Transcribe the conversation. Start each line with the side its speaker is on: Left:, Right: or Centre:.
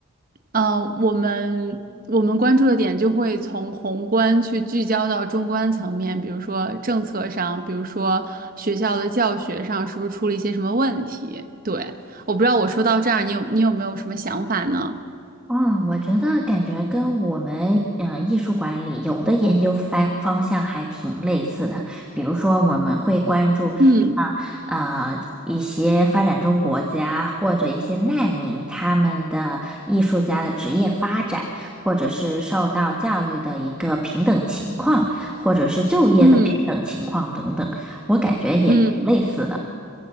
Right: 呃，我们我们关注的点就会从宏观去聚焦到中观层面，比如说政策上，比如说学校的教学上，是不是出了一些什么问题？对，我不知道我说到这儿，你有你有没有什么想法呢？
Centre: 哦，我觉得感觉跟我们嗯、呃艺术管理有的研究方方向还挺类似的，比如说我们会关注啊呃一些发展中国家或者一些难民他们的艺术家的职业发展，
Right: 嗯
Centre: 或者是受到教育的一个平等情况，或者是就业的平等情况等等，
Right: 嗯
Centre: 我感觉也挺类似的。
Right: 嗯